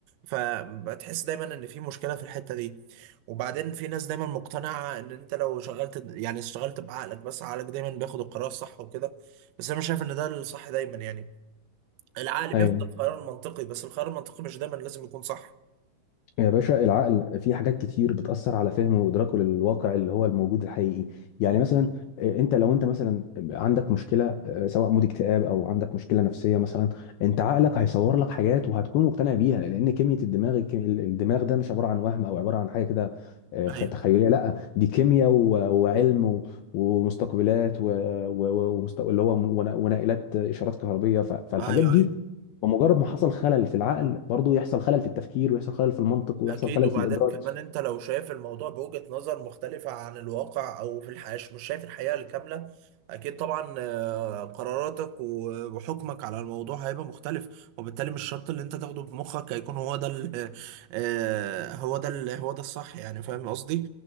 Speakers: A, on the right; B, on the left.
A: فبتحس دايما ان في مشكله في الحته دي وبعدين في ناس دايما مقتنعه ان انت لو شغلت يعني اشتغلت بعقلك بس عقلك دايما بياخد القرار الصح وكده بس انا مش شايف ان ده الصح دايما يعني العقل
B: ايوه
A: بياخد القرار المنطقي بس القرار المنطقي مش دايما لازم يكون صح
B: يا باشا العقل في حاجات كتير بتأثر على فهمه وإدراكه للواقع اللي هو الموجود الحقيقي يعني
A: <laughs>
B: مثلا آه، انت لو انت مثلا عندك مشكلة آه، سواء مود اكتئاب او عندك مشكلة نفسية مثلا انت عقلك هيصور لك حاجات وهتكون مقتنع بيها لأن كمية الدماغ الك- الدماغ ده مش عبارة عن وهم او عبارة عن حاجة كده آه،
A: ايوه
B: خ- تخيلية لا دي كيمياء و- وعلم و- ومستقبلات و- و- ومست- اللي هو ون- ونائلات إشارات كهربية ف- فالحاجات
A: ايوه
B: دي
A: ايوه
B: بمجرد ما حصل خلل في العقل برضه يحصل خلل في التفكير ويحصل خلل في المنطق ويحصل
A: اكيد
B: خلل
A: وبعدين
B: في الإدراك
A: كمان انت لو شايف الموضوع بوجهة نظر مختلفة عن الواقع او في الحياة مش شايف الحقيقة الكاملة اكيد طبعا آه، قراراتك و- وحكمك على الموضوع هيبقى مختلف وبالتالي مش شرط اللي انت تاخده بمخك هيكون هو ده ال- آه، هو ده ال- هو ده الصح يعني فاهم قصدي